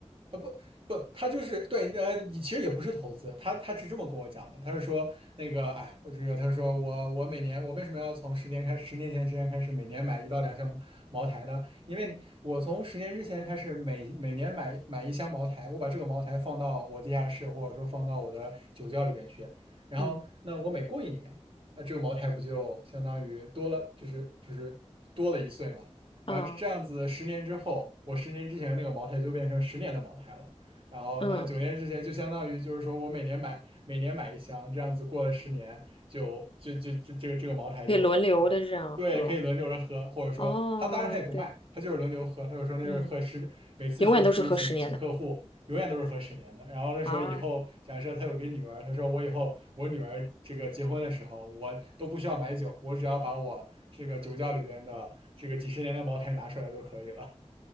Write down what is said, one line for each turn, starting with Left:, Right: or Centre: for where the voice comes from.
Right: 呃不不，他就是对，呃，你其实也不是投资，他他是这么跟我讲的，他是说那个，哎，我这个，他是说我我每年我为什么要从十年开十年前之前开始每年买一到两箱茅台呢？因为我从十年之前开始每每年买买一箱茅台，
Left: 嗯
Right: 我把这个茅台放到我地下室或者说放到我的酒窖里边去，然后那我每过一年，
Left: 嗯
Right: 那这个茅台不就相当于多了，就是就是多了一岁嘛。然后这这样子，
Left: 啊
Right: 十年之后，我十年之前那个茅台就变成十年的茅台了。然后那九年之前就相当于就是说我每年买每年买一箱，
Left: 嗯，
Right: 这样子过了十年就就就这这个这个茅台就
Left: 可以轮流的这样喝。
Right: 对可以轮流着喝，或者说他当然他也不卖，
Left: 哦，对，
Right: 他就是轮流喝，他就说那就是喝十每次去出去请请客户，
Left: 嗯，永远都是喝十年的
Right: 永远都是喝十年的。然后他说以后假设他有个女儿，
Left: 啊，
Right: 他说我以后我女儿这个结婚的时候，我都不需要买酒，我只要把我这个酒窖里边的这个几十年的茅台拿出来就可以了。